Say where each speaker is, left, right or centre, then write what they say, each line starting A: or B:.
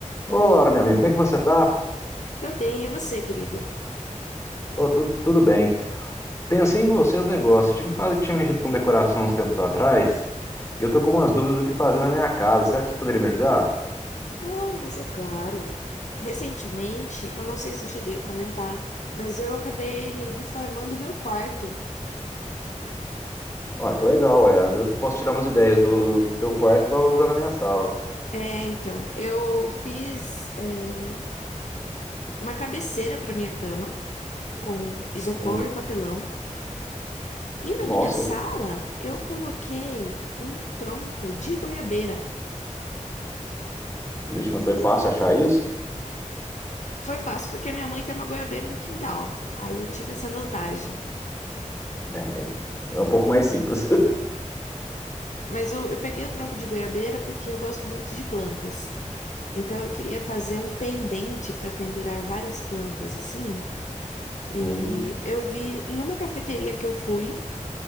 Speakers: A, on the left (about 20°); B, on the left (about 65°).
A: Olá, meu amigo, como é que você tá?
B: Tá bem, e você, querido?
A: Ô, tudo, tudo bem. Pensei em você no negócio. Eu tinha me falado que tinha mexido com decoração uns tempos atrás e eu tô com umas dúvidas do que fazer na minha casa. Será que você poderia me ajudar?
B: Oh, mas é claro. Recentemente, eu não sei se eu cheguei a comentar, mas eu acabei reformando o meu quarto.
A: Ó, que legal, é. Às vezes eu posso tirar umas ideias do, do teu quarto para usar na minha sala.
B: É, então, eu fiz, é, uma cabeceira para minha cama com isopor
A: Hum,
B: e papelão. E na
A: nossa,
B: minha sala, eu coloquei um tronco de goiabeira.
A: vixe, mas foi fácil achar isso?
B: Foi fácil porque minha mãe tem uma goiabeira no quintal. Aí eu tive essa vantagem.
A: É, é um pouco mais simples. <laughs>
B: Mas eu, eu peguei o tronco de goiabeira porque eu gosto muito de plantas. Então eu queria fazer um pendente para pendurar várias plantas assim. E
A: Hum,
B: eu vi em uma cafeteria que eu fui